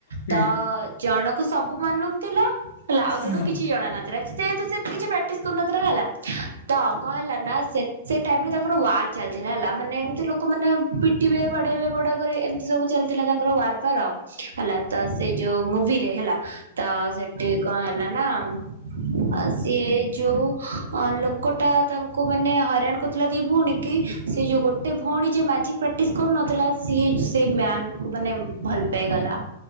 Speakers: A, on the left; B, on the right.
A: ହୁଁ
B: ତ
A: ହୁଁ ହୁଁ।
B: ଜଣ କୁ ସବୁ ମାଲୁମ ଥିଲା। ହେଲା ଆଉ ଜଣକୁ
A: ହୁଁ ହୁଁ ହୁଁ
B: କିଛି
A: ହୁଁ ହୁଁ
B: ଜଣ ନଥିଲା ଯେହେତୁ କିଛି ପ୍ରାକ୍ଟିସ କରୁନଥିଲା ହେଲା। ତ କଣ ହେଲା ନା ସେ ସେ ଟାଇମରେ ତାଙ୍କର ୱା ଚାଲିଥିଲା ହେଲା ମାନେ ଏମିତି ଲୋକମାନେ ପିଟିବେ ବାଡେଇବେ ଘୋଡ଼ା କରିବେ ଏମିତି ସବୁ ଚାଲିଥିଲା ତାଙ୍କର ୱାର ଫାର ଆଉ। ହେଲା ତ ସେ ଯୋଉ ମୁଭିରେ ହେଲା ତ ସେଠି କଣ ହେଲା ନା। ଆ ସିଏ ଯୋଉ ଅ ଲୋକଟା ତାଙ୍କୁ ମାନେ ହଇରାଣ କରୁଥିଲା ଦି ଭଉଣୀ କି। ସେ ଯୋଉ ଗୋଟେ ଭଉଣୀ ଯିଏ ମ୍ୟାଜିକ ପ୍ରାକ୍ଟିସ କରୁନଥିଲା ସିଏ ସେ ମ୍ୟାନ କୁ ମାନେ ଭଲ ପାଇଗଲା।